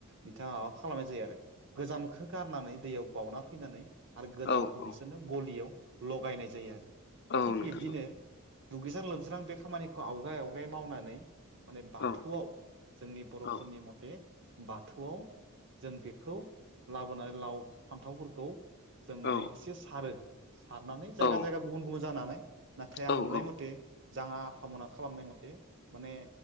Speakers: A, on the right; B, on the left.
A: बिथाङा माबा खालामनाय जायो आरो गोजामखौ गारनानै दैयाव बाउना फैनानै आरो गोदानखौ
B: औ औ
A: बिसोरनो गलियाव लगायनाय जायो आरो
B: औ
A: थिग
B: नोंथां
A: बिब्दिनो दुगैज्रां लोबज्रां बे खामानिखौ आवगाय आवगाय मावनानै माने बाथौआव
B: औ
A: जोंनि बर'फोरनि
B: औ
A: मथे बाद थौआव जों बेखौ लाबोनानै लाव फान्थावफोरखौ जों माने
B: औ
A: एसे सारो सारनानै जायगा
B: औ
A: जायगा गुबुन गुबुन जानानै नाथाय
B: औ
A: आं नुनाय
B: औ
A: मथे जाङा आफामना खालामनाय मथे माने